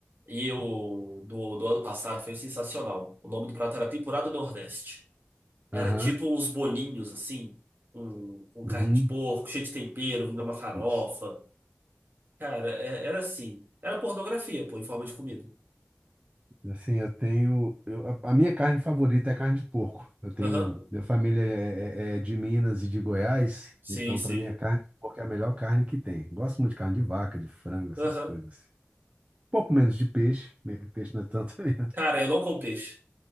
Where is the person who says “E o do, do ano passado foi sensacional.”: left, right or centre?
Right